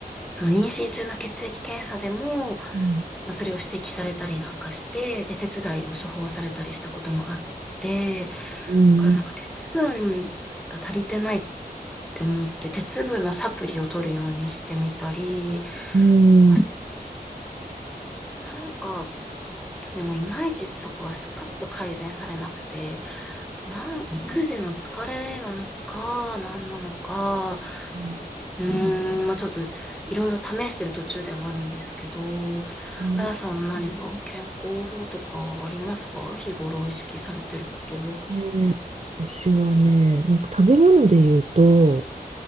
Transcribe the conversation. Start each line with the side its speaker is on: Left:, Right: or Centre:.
Centre: その妊娠中の血液検査でも、
Right: うん
Centre: まあ、それを指摘されたりなんかして、で、鉄剤を処方されたりしたこともあって、だ
Right: うん
Centre: からなんか鉄分が足りてないって思って、鉄分のサプリを取るようにしてみたり、
Right: うんうん
Centre: ますけなんか、でもいまいちそこはスカッと改善されなくて、なん、育児の疲れなのか、何なのか、
Right: うん
Centre: うーん、まあちょっといろいろ試してる途中ではあるんですけど、
Right: うん
Centre: あやさんは何か健康法とかありますか日頃意識されてることを。
Right: ね、私はね、なんか食べ物で言うと、